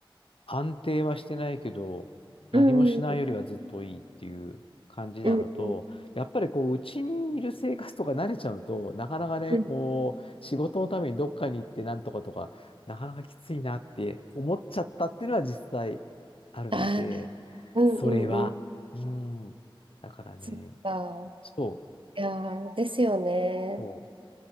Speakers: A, on the left; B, on the right.
A: 安定はしてないけど、何もしないよりはずっといいっていう感じなのと、
B: ん。うん。うんうん
A: やっぱりこう、うちにいる生活とか慣れちゃうと、なかなかね、
B: うん。
A: こう、仕事のためにどっかに行ってなんとかとか、なかなかきついなって思っちゃったっていうのは実際あるので、
B: あーうんうんうん。
A: それは、うん。だからね、
B: そっか。
A: そう、
B: いやー、ですよね。
A: そ